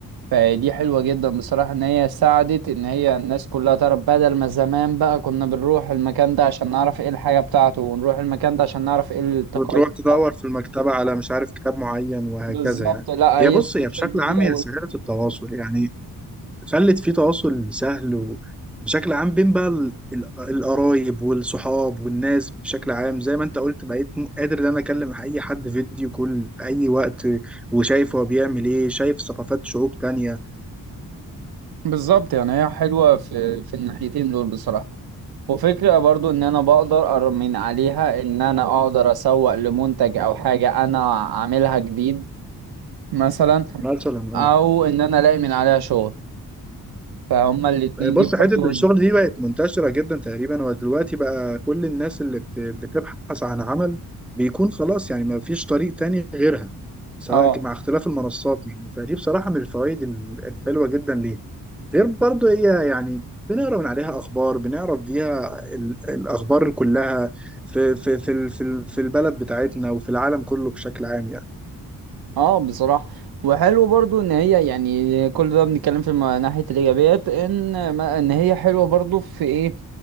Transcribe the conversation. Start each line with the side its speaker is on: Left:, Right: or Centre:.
Right: فدي حلوة جدا بصراحة ان هي ساعدت ان هي الناس كلها تعرف بدل ما زمان بقى كنا بنروح المكان ده عشان نعرف ايه الحاجة بتاعته ونروح المكان ده عشان نعرف ايه التقاليد
Centre: وتروح تدور
Right: بتاعته
Centre: في المكتبة على مش عارف كتاب معين وهكذا
Right: بالظبط
Centre: يعني
Right: لا
Centre: هي
Right: هي
Centre: بص
Right: السوشيال
Centre: هي بشكل
Right: ميديا
Centre: عام هي سهلت التواصل يعني خلت في تواصل سهل وبشكل عام بين بقى ال- ال- القرايب والصحاب والناس بشكل عام زي ما انت قلت بقيت م- قادر ان انا اكلم اي حد فيديو كول في اي وقت وشايف هو بيعمل ايه شايف ثقافات شعوب تانية
Right: بالظبط يعني هي حلوة في في الناحيتين دول بصراحة وفكرة برضو ان انا بقدر أر- من عليها ان انا اقدر اسوق لمنتج او حاجة انا عاملها جديد مثلا
Centre: مثلا آه.
Right: او ان انا الاقي من عليها شغل فهما الاتنين دي
Centre: بص
Right: برضو
Centre: حتة الشغل دي بقت منتشرة جدا تقريبا ودلوقتي بقى كل الناس اللي بت- بتبحث عن عمل بيكون خلاص يعني ما فيش طريق تاني غيرها سواء
Right: اه
Centre: ك- مع اختلاف المنصات يعني فدي بصراحة من الفوائد ال- الحلوة جدا ليها غير برضو هي يعني بنقرا من عليها أخبار بنعرف بيها ال- الأخبار كلها في في في ال- في ال- في البلد بتاعتنا وفي العالم كله بشكل عام يعني
Right: اه بصراحة وحلو برضو ان هي يعني كل ده بنتكلم في الم- ناحية الايجابيات ان ما ان هي حلوة برضو في ايه